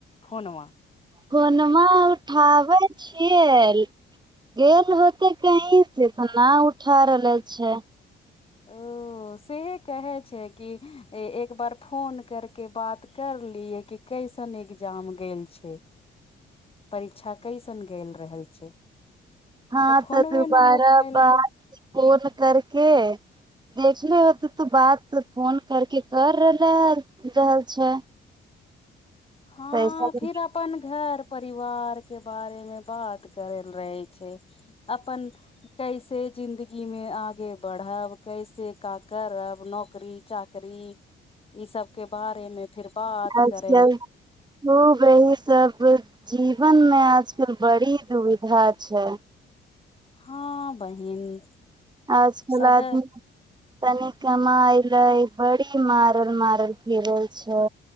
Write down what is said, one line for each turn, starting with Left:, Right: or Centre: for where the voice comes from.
Left: फोन मा
Right: कोनमा उठावज छै <unintelligible> गेल होते कहीं से तऽ फोनमा नहि उठा रहले छै
Left: ओ सेह कहै छै कि एक बार फोन करि कऽ बात करलियै कि कैसन एग्जाम गेल छै परीक्षा कैसन गेल रहे छै
Right: हँ
Left: फोनवे
Right: तऽ दुोबारा
Left: न उठैलकै
Right: बाद फोन करके देखले होतै तो बात फोन करके कर रहलै <unintelligible> छै
Left: हँ
Right: पैसा ह
Left: फिर अपन घर-परिवारके बारेमे बात करैलए रहै छै अपनन <unintelligible> से जिंन्दगीमे आगे बढ़ब, कैसे का करब, नोकरी-चाकरी? ई सबके बारेमे फिर बात
Right: आजकल
Left: करै
Right: खूब अहीं सब जीवनमे आजकल बड़ी दुविधा छै
Left: हँ, बहिन
Right: आजकल
Left: सद
Right: आदमी तनी कमाइले बड़ी मारल-मारल फिरल छै